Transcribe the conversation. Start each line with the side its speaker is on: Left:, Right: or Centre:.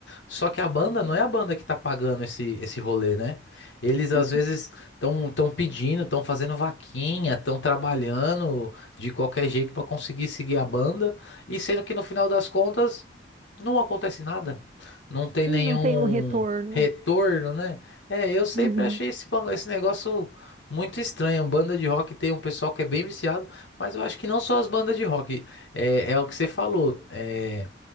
Left: Só que a banda não é a banda que tá pagando esse, esse rolê, né? Eles às
Right: Uhum.
Left: vezes. Estão estão pedindo, estão fazendo vaquinha, estão trabalhando de qualquer jeito para conseguir seguir a banda, e sendo que no final das contas não acontece nada, não tem
Right: E
Left: nenhum
Right: não tem um retorno.
Left: retorno, né? É, eu sempre
Right: Uhum.
Left: achei esse, bago- esse negócio muito estranho. Banda de rock tem um pessoal que é bem viciado, mas eu acho que não só as bandas de rock, é, é o que você falou. é,